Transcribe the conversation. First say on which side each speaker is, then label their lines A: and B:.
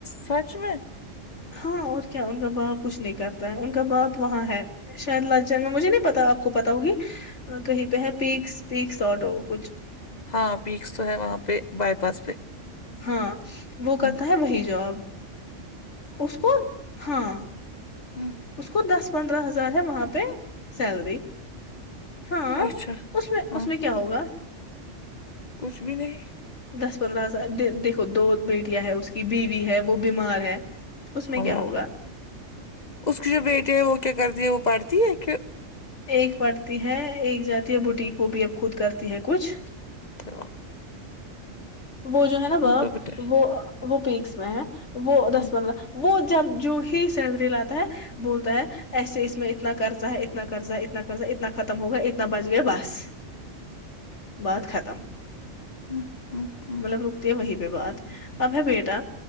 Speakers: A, on the left (about 35°); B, on the left (about 65°).
A: سچ میں
B: ہاں اور کیا ان کا باپ کچھ نہیں کرتا ہے ان کا باپ وہاں ہے شہید لج جنگ میں مجھے نہیں پتا آپ کو پت ہوگی کہیں پہ ہے پیکس پیک ساٹ ہو کچھ
A: ہاں پیکس تو ہے وہاں پہ بائی پاس پہ
B: ہاں وہ
A: ہمم
B: کرتا ہے وہی جوب اس پر ہاں
A: ہوں
B: اس کو دس پندرہ ہزار ہے وہاں پہ سیلری ہاں
A: اچھا
B: اس میں
A: ہاں
B: اس میں کیا ہوگا
A: کچھ بھی نہیں
B: دس پندرہ ہزار دیکھو دو بیٹیاں ہیں اس کے کی بیوی ہے وہ بیمار ہے اس میں کیا
A: اللہ
B: ہوگا
A: اس کی جو بیٹی ہیں وہ کیا کرتی ہے وہ پڑھتی ہے کہ
B: ایک پڑتی ہے ایک جاتی ہے بوٹیک وہ بھی اب خود کرتی ہے کچھ
A: تو
B: وہ جو ہے نا باپ
A: کا بیٹا،
B: وہ وہ پیکس میں ہے وہ
A: ہم،
B: دس پندرہ وہ جب جو ہی سیلری لاتا ہے بولتا ہے ایسے اس میں اتنا قرضہ ہے اتنا قرضہ ہے اتنا کرضا اتنا ختم ہو گیا اتنا بچ گیا بس بات ختم
A: ہم، ہم، ہم،
B: مطلب رکتی ہے وہی پہ بعد اب ہے بیٹا